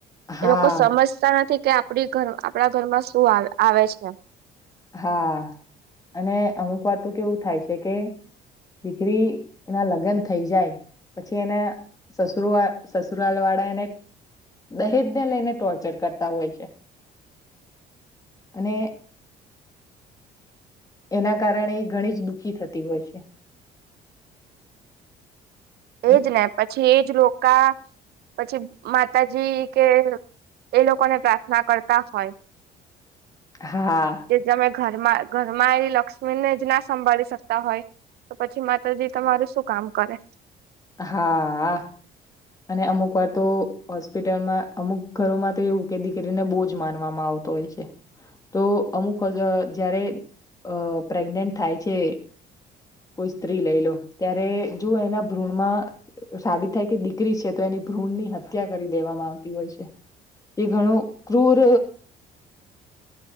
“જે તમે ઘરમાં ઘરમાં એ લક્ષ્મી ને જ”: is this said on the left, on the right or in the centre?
Right